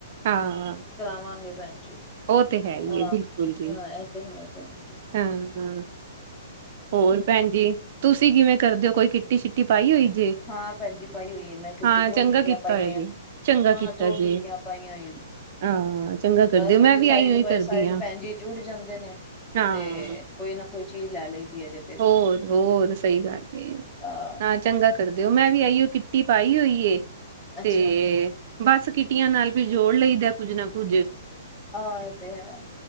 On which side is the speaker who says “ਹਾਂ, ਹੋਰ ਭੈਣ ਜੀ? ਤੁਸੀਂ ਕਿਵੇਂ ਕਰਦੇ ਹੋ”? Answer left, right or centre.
Right